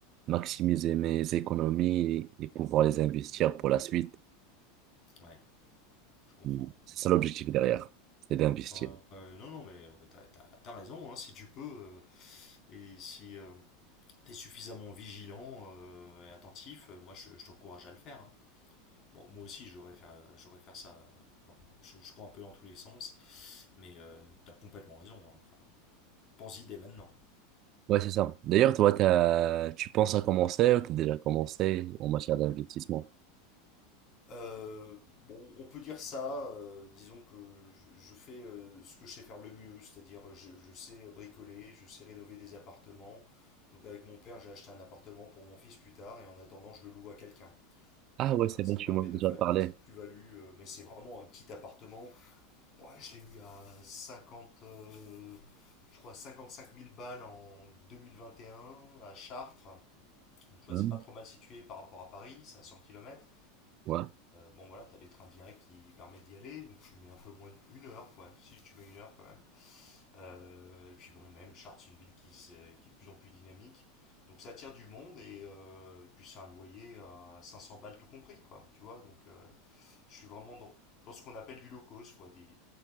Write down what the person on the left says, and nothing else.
Ouais. Je comprends.
Euh, non, non, mais euh, t'as, t'as- t'as raison, hein, si tu peux, euh, et si euh, t'es suffisamment vigilant euh, et attentif, euh, moi je, je t'encourage à le faire. hein. Bon, moi aussi, j'aurais faire, j'aurais faire ça. euh, bon, je, je cours un peu dans tous les sens, mais euh, t'as complètement raison. hein. Enfin, pense-y dès maintenant.
Euh, bon, on peut dire ça, euh, disons que je, je fais euh, ce que je sais faire le mieux, c'est-à-dire je, je sais bricoler, je sais rénover des appartements. Donc avec mon père, j'ai acheté un appartement pour mon fils plus tard, et en attendant, je le loue à quelqu'un.
Donc
euh, voilà,
ça
permet
de faire
une petite plus-value, euh, mais c'est vraiment un petit appartement. Ouais, je l'ai eu à 50 euh, je crois cinquante-cinq mille balles en 2021 à Chartres. Donc tu vois,
c'est pas trop mal situé par rapport à Paris, c'est à 100 km.
bon voilà, t'as des trains directs qui permettent d'y aller, donc tu mets un peu moins d'une heure, ouais, si tu mets une heure quand même. Euh, et puis bon, même Chartres, c'est une ville qui, qui est de plus en plus dynamique. Donc ça attire du monde et euh, puis c'est un loyer à 500 balles tout compris, quoi. Tu vois, donc euh, je suis vraiment dans, dans ce qu'on appelle du low cost, quoi, des,